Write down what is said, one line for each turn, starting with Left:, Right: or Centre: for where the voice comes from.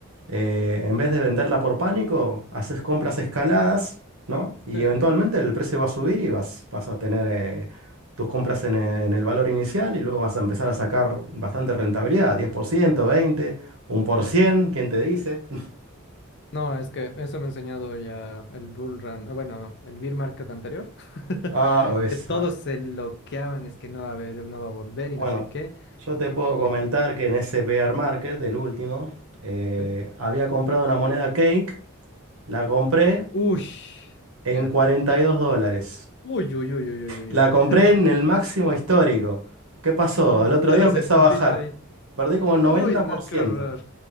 Right: Eh, en vez de venderla por pánico, haces compras escaladas, ¿no? Y
Left: sí.
Right: eventualmente el precio va a subir y vas, vas a tener eh, tus compras en, e- en el valor inicial y luego vas a empezar a sacar bastante rentabilidad, 10%, 20, 1%,
Left: sí.
Right: ¿quién te dice? <laughs>
Left: No, es que eso me ha enseñado ya el Bull Run, eh, bueno, el Bear Market anterior, <laughs>
Right: Ah, pues,
Left: que todos
Right: ah,
Left: se loqueaban, es que no va a haber, no va a volver
Right: bueno,
Left: y no sé qué.
Right: yo te puedo
Left: De-
Right: comentar que en ese bear market, el último, eh,
Left: ¿eh?
Right: había comprado una moneda cake, la compré
Left: Uy,
Right: en
Left: ya.
Right: 42 dólares.
Left: Uy, uy, uy, uy, uy, uy.
Right: La
Left: uy.
Right: compré en
Left: <laughs>
Right: el máximo histórico. ¿Qué pasó?
Left: Mm,
Right: El otro
Left: tú
Right: día
Left: eres
Right: empezó
Left: el puntito
Right: a bajar.
Left: ahí.
Right: Perdí como 90%.
Left: Uy, no, qué horror.